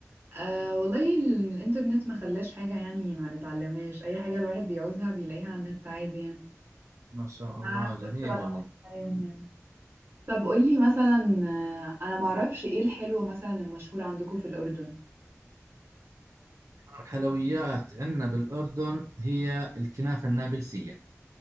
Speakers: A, on the right; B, on the right.
A: آه والله ال- الانترنت ما خلاش حاجه يعني ما نتعلمهاش اي حاجه الواحد بيعوزها بيلاقيها على النت عادي يعني
B: ما شاء الله
A: آه،
B: جميل
A: بس بطلع
B: والله
A: كلام يعني طب قولي مثلا آه، انا معرفش ايه الحلوة مثلا المشهورة عندكم في الأردن
B: الحلويات عندنا بالاردن هي الكنافه النابلسيه